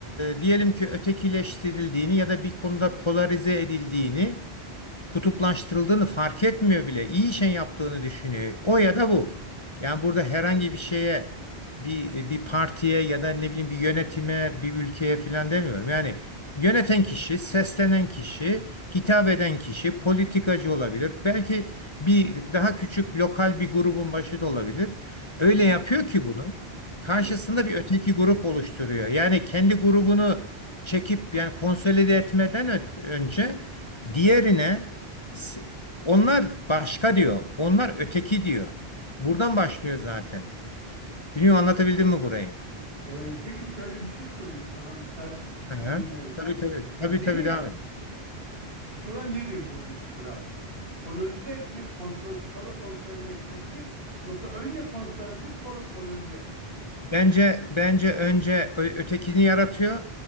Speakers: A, on the left; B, on the right.
A: diyelim ki ötekileştirildiğini ya da bir konuda polarize edildiğini kutuplaştırıldığını fark etmiyor bile. İyi şey yaptığını düşünüyor. O ya da bu. Yani burada herhangi bir şeye, bir bir partiye ya da ne bileyim bir yönetime, bir ülkeye filan demiyorum. Yani yöneten kişi, seslenen kişi, hitap eden kişi politikacı olabilir. Belki bir daha küçük lokal bir grubun başı da olabilir. Öyle
B: hı hı.
A: yapıyor ki bunu. Karşısında
B: evet.
A: bir öteki grup oluşturuyor. Yani kendi grubunu çekip yani konsolide etmeden ö- önce diğerine S- Onlar başka diyor. Onlar öteki diyor. Buradan başlıyor zaten. Bilmiyorum anlatabildim mi burayı?
B: Ee, peki şöyle bir şey sorayım sana müsait
A: Hı
B: izin
A: hı.
B: verirsen.
A: Tabii tabii.
B: Ya
A: Tabii
B: biri
A: tabii devam et.
B: sıra nedir buradaki sıra? Polarize etmek, kontrol, sonra konsolide etmek mi? Yoksa önce konsolide edip sonra polarize etmek mi?
A: Bence bence önce ö- ötekini yaratıyor.